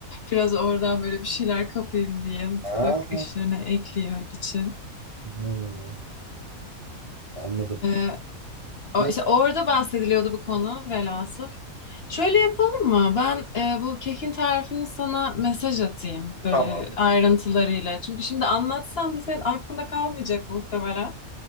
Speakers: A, on the left; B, on the right.
A: Biraz oradan böyle bir şeyler kapayım diye mutfak
B: Ha,
A: işlerine eklemek için.
B: hmm, anladım.
A: Ee,
B: Ne,
A: o- işte orada bahsediliyordu bu konu velhasıl. Şöyle yapalım mı? Ben e, bu kekin tarifini sana mesaj atayım böyle
B: tamam.
A: ayrıntılarıyla. Çünkü şimdi anlatsam da senin aklında kalmayacak muhtemelen.